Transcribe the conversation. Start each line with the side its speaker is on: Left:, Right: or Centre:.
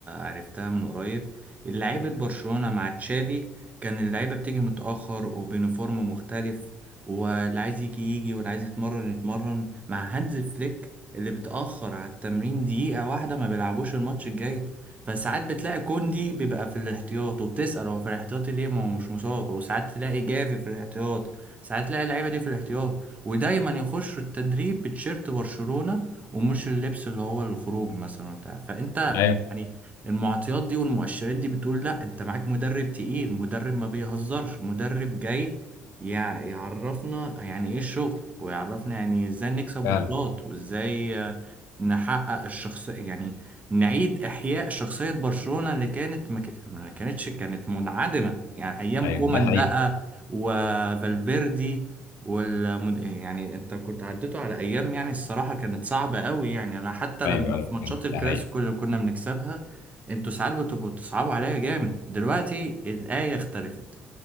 Right: عرفتها من قريب لعيبه برشلونه مع تشافي كان اللعيبه بتيجي متاخر وبيونيفورم مختلف واللي عايز يجي يجي واللي عايز يتمرن يتمرن مع هانز فليك اللي بتأخر على التمرين دقيقة واحدة ما بيلعبوش الماتش الجاي فساعات بتلاقي كوندي بيبقى في الاحتياط وبتسأل هو في الاحتياط ليه ما هو مش مصاب وساعات تلاقي جافي في الاحتياط ساعات تلاقي اللعيبة دي في الاحتياط ودايما يخشوا التدريب بتشيرت برشلونة ومش اللبس اللي هو الخروج مثلا بتاع فانت
Left: ايوه
Right: يعني المعطيات دي والمؤشرات دي بتقول لا انت معاك مدرب تقيل مدرب ما بيهزرش مدرب جاي يع- يعرفنا يعني ايه الشغل ويعرفنا يعني ازاي نكسب بطولات
Left: فعلا
Right: وازاي آه، نحقق الشخصية يعني نعيد إحياء شخصية برشلونة اللي كانت ما ك- ما كانتش كانت منعدمة يعني أيام
Left: ايوه
Right: كومان
Left: دي حقيقه
Right: بقى وفالفيردي والمد... يعني أنت كنت عديته على أيام يعني الصراحة كانت صعبة قوي يعني أنا حتى
Left: ايوه
Right: لما
Left: ايوه
Right: في ماتشات
Left: دي
Right: الكلاسيكو
Left: حقيقه
Right: اللي كنا بنكسبها أنتوا ساعات بتبقوا تصعبوا عليا جامد دلوقتي الآية اختلفت